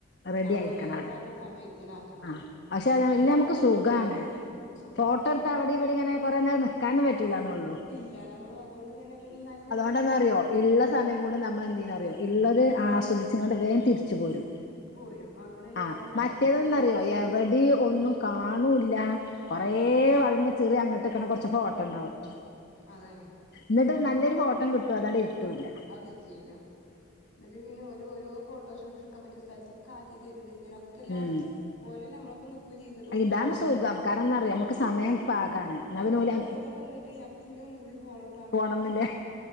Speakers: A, on the left; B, on the left.
A: റെഡി
B: ആ
A: ആയിരിക്കണം
B: ഓല് ഓല്
A: ആടെ
B: പറഞ്ഞ സമയത്തിനാക്കണം
A: ആഹ് പക്ഷെ അത് നമുക്ക്
B: രാവിലെ
A: നല്ല
B: ഒമ്പത്
A: സുഖാണ്.
B: മണി മുതൽ സുഖാണ്
A: ഫോട്ടട്ത്തവിടേം
B: രാവിലെ ഒമ്പത്
A: ഇവിടേം
B: മണിക്ക്
A: ഇങ്ങനെ കൊറേ നിക്കാൻ പറ്റുല്ലാന്നൊള്ളു.
B: നിക്ക് ഇല്ല നമ്മള് അതുകൊണ്ട് തന്നെ നല്ല രസാണ്
A: ണ്ടെന്നറിയോ
B: അയില്
A: ഇള്ള സമയം കൊണ്ട് നമ്മൾ എന്ത് ചെയെന്നറിയോ ഉള്ളത് ആസ്വദിച്ചിങ്ങാണ്ട് വേം തിരിച്ചു പോരും.
B: പോരും അതുകൊണ്ട് എല്ലാതും
A: ആഹ്
B: കാണാനും
A: മറ്റേതെന്നറിയോ
B: ഒക്കെ നമുക്ക്
A: എവിടെ ഒന്നും കാണൂല്ല. കൊറേ വളഞ്ഞചിറി അങ്ങട്ട്ക്കണ കൊറച്ച ഫോട്ടം ഇണ്ടാവും.
B: അതാണേ
A: എന്നിട്ട് നല്ലൊരു ഫോട്ടോം കിട്ട്വോ അതണ്ട്‌ കിട്ടൂല്ല.
B: അതിലേനു ന്നിട്ട് പിന്നെഓല് ഒരോഫോട്ടോശൂട്ടെടുക്കാൻ പറ്റിയാ സ്ഥലത്തൊക്കെ ആക്കി തരണ്ട് ഇങ്ങനെ. എല്ലാടത്തും
A: ഉം
B: ഓലെന്നെ നമ്മളപ്പം നിക്കുംചെയും ന്നിട്ട് ഓലെന്നെ
A: ഇതാണ് സുഖം കാരണം എന്താറിയോ നമുക്ക്
B: ആഹ് സുഖാണെ.
A: സമയം പാകാണ് എന്നാ
B: ഞാൻ
A: പിന്നെ
B: പറയാ
A: ഓല്
B: പോയി വന്നിട്ട് ഞമക്ക് ഇഞു ഒന്നൂടി പോണം.
A: പോണം എന്ന്ലെ